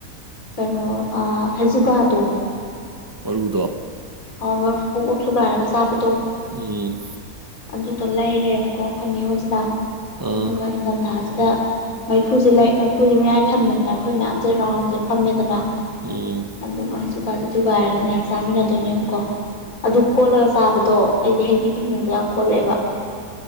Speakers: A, on the left; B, on the right.
A: ꯀꯩꯅꯣ ꯑ ꯍꯧꯖꯨꯀꯥꯗꯣ
B: ꯃꯔꯨꯗꯣ
A: ꯍꯣꯏ ꯃꯔꯨ ꯄꯣꯞ ꯄꯣꯞ ꯊꯨꯒꯥꯏꯔꯒ ꯆꯥꯕꯗꯣ
B: ꯎꯝ
A: ꯑꯗꯨꯗꯣ ꯂꯩꯔꯦꯕꯀꯣ ꯑꯩꯈꯣꯏꯅꯦ ꯍꯣꯏꯖꯤꯅ
B: ꯑꯥ
A: ꯑꯗꯨꯒ ꯏꯟꯊꯝꯊꯥꯁꯤꯗ ꯃꯩꯐꯨꯁꯦ ꯂꯥꯏ ꯃꯩꯐꯨꯁꯦ ꯃꯌꯥꯏ ꯊꯝꯃꯦꯗꯅ ꯑꯩꯈꯣꯏ ꯃꯌꯥꯝꯁꯦ ꯔꯥꯎꯟꯁꯦ ꯐꯝꯃꯦꯗꯅ
B: ꯎꯝ
A: ꯑꯗꯨꯒ ꯍꯥꯏꯁꯨꯀꯁꯦ ꯊꯨꯒꯥꯏꯔꯒꯅꯦ ꯆꯥꯃꯤꯟꯅꯗꯣꯏꯅꯦꯕꯀꯣ ꯑꯗꯨ ꯀꯣꯠꯂꯒ ꯆꯥꯕꯗꯣ ꯑꯩꯗꯤ ꯍꯩꯕꯤ ꯇꯤꯡꯒꯪꯗꯨ ꯌꯥꯝ ꯀꯣꯠꯂꯛꯑꯦꯕ